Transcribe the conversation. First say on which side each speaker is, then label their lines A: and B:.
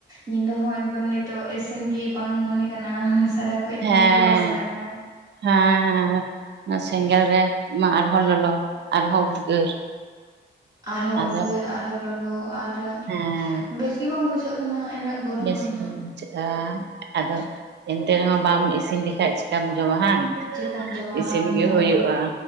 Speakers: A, on the right; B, on the right.
A: ᱧᱤᱫᱟᱹ ᱦᱚᱸ ᱮᱠᱫᱚᱢ ᱱᱤᱛᱚᱜ ᱤᱥᱤᱱ ᱜᱤ ᱵᱟᱝ ᱢᱚᱱᱮ ᱠᱟᱱᱟ ᱥᱟᱨᱟ ᱠᱷᱚᱡ
B: ᱦᱮᱸ
A: ᱛᱟᱦᱮᱸ ᱜᱮ ᱵᱟᱝ ᱥᱟᱱᱟ ᱠᱟᱱᱟ᱾
B: ᱦᱮᱸ ᱦᱮᱸ ᱚᱱᱟ ᱥᱮᱸᱜᱮᱞ ᱨᱮ ᱢᱟ ᱟᱨᱦᱚᱸ ᱞᱚᱞᱚ ᱟᱨᱦᱚᱸ ᱩᱫᱜᱟᱹᱨ
A: ᱟᱨᱦᱚᱸ
B: ᱟᱫᱚ
A: ᱩᱫᱽᱜᱟᱹᱨ ᱟᱨᱦᱚᱸ ᱞᱚᱞᱚ ᱟᱨ
B: ᱦᱮᱸ
A: ᱵᱮᱥ ᱜᱮ ᱵᱟᱝ ᱵᱩᱡᱷᱟᱹᱜ ᱠᱟᱱᱟ ᱤᱱᱟᱹᱜ ᱜᱚᱨᱚᱢ
B: ᱵᱮᱥ
A: ᱠᱟᱱᱟ
B: ᱜᱮ ᱪᱮᱠᱟ ᱟᱫᱚ ᱮᱱᱛᱮ ᱨᱮᱦᱚᱸ ᱵᱟᱢ ᱤᱥᱤᱱ ᱞᱮᱠᱷᱟᱡ ᱪᱮᱠᱟᱢ ᱡᱚᱢᱟ ᱦᱟᱝ
A: ᱪᱮᱫᱠᱟᱢ ᱡᱚᱢ
B: ᱤᱥᱤᱱ
A: ᱦᱟᱝ
B: ᱜᱮ
A: ᱦᱮᱸ
B: ᱦᱩᱭᱩᱜᱼᱟ